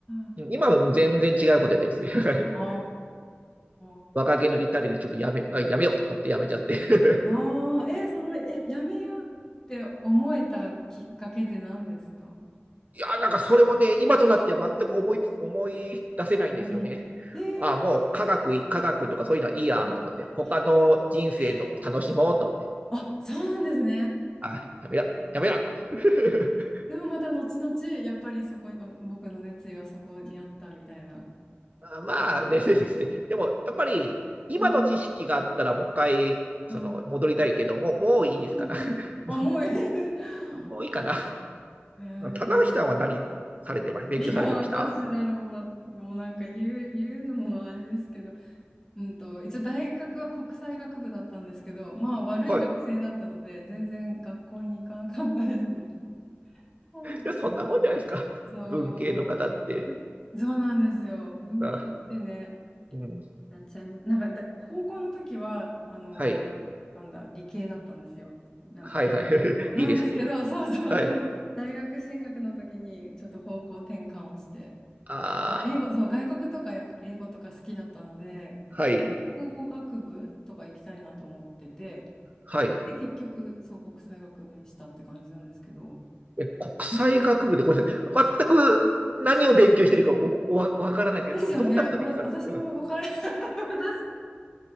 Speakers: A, on the left (about 15°); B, on the right (about 35°).
A: だ。
B: 今はもう全然違うことやってますね。<laughs>
A: あー
B: 若気の至りでちょっとやめ、あやめようと思ってやめちゃって。<laughs>
A: あー。え、その、え、やめようって思えたきっかけって何ですか
B: いや、なんかそれもね、今となっては全く思い、
A: うん
B: 思い出せないんですよね。
A: うんえー、
B: ああもう科学、科学とかそういうのはいいやと思って、
A: あ待って
B: 他の人生の楽しもうと思って、
A: へーあそうなんですね。
B: ああやめや、やめやって。
A: へー
B: <laughs>
A: でもまた後々、やっぱりそこに、あ僕の熱意はそこにあったみたいな。
B: あまあね、
A: 気づいたみたいな
B: <laughs> ですねでも、やっぱり、今の知識があったら、
A: うん、
B: もう一回、
A: はい。
B: その、戻りたいけども、もういいですかな。
A: うんうん重い。
B: <laughs> も
A: <laughs>
B: う、もういいかな。
A: へえ。
B: 棚橋さんは何されてました勉強されてました
A: いや、私、あの、ま、もうなんか言う、言うのもあれですけど、うんと、一応大学は国際学部だったんですけど、まあ悪い学生だったので、
B: はい。<laughs> い
A: 全然学校に行かなかったですね。うん
B: や、そんなもんじゃないですか。
A: そ
B: 文系の方って。
A: う、そうなんですよ。文系ってね、
B: あ、うん。
A: なっちゃいます。なんかだ、高校の時は、あの、
B: はい。
A: なんだ、理系だったんですよ。なんか。
B: はいはい。<laughs>
A: そうなんですけど、
B: いいですね。
A: <laughs> そうそう、
B: はい。
A: でも、大学進学の時に、ちょっと方向転換をして、
B: あ
A: やっぱ英語、そう、外国とかやっぱ英語とか好きだったので、
B: あ、はい。
A: 国語学部とか行きたいなと思ってて、
B: はい。
A: で、結局、そう、国際学部にしたって感じなんですけど。
B: え、国際学部で、
A: うん
B: ごめんなさい。全く何を勉強してるかお、お、わわからないですけど、
A: ですよね。
B: ど、どんなこと勉強されてる、
A: わ、私もわから、
B: うん、
A: <laughs> 私